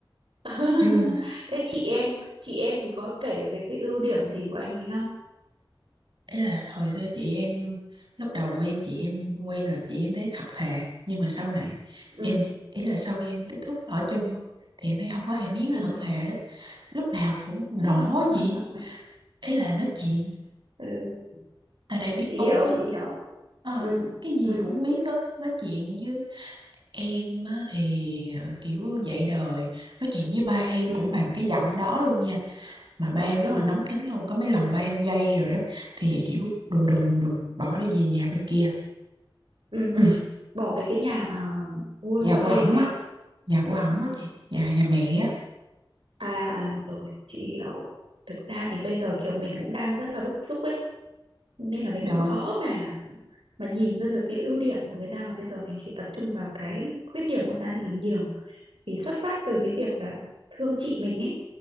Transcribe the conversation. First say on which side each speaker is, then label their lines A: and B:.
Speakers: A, on the right; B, on the right.
A: <laughs>
B: Chương à?
A: thế chị em chị em thì có kể về cái ưu điểm gì của anh ấy không
B: ấy là hồi xưa chị em lúc đầu quen chị em quen là chị em thấy thật thà nhưng mà sau này
A: ừ
B: em ý là sau khi em tiếp xúc ở chung á, thì em thấy không có hề miếng là
A: ừ,
B: thật thà hết. lúc nào cũng nổ
A: <laughs>
B: chị ý là nói chuyện
A: ừ.
B: ta đây biết
A: chị
B: tốt
A: hiểu
B: á
A: chị hiểu
B: Ờ,
A: ừ
B: cái gì
A: ừ
B: cũng biết hết nói chuyện với em á, thì ờ, kiểu dạy đời nói chuyện với ba em
A: ừ
B: cũng bằng cái giọng đó luôn nha mà ba em rất
A: ừ
B: là nóng tính luôn có mấy lần ba em gây rồi đó thì kiểu đùng đùng đùng đùng bỏ đi về nhà bên kia <laughs>
A: ừ
B: Ừ,
A: bỏ về cái nhà mà mua
B: nhà
A: cho
B: của
A: thuê
B: ổng
A: đấy à
B: á nhà của ổng
A: Ờ,
B: á chị nhà nhà mẹ á
A: à à, rồi chị hiểu thực ra thì bây giờ kiểu mình cũng đang rất là bức xúc ấy nên là mình
B: nhà
A: cũng khó mà mà nhìn ra được cái ưu điểm của người ta mà bây giờ mình chỉ tập trung vào cái khuyết điểm của người ta thì nhiều vì xuất phát từ cái việc là thương chị mình ấy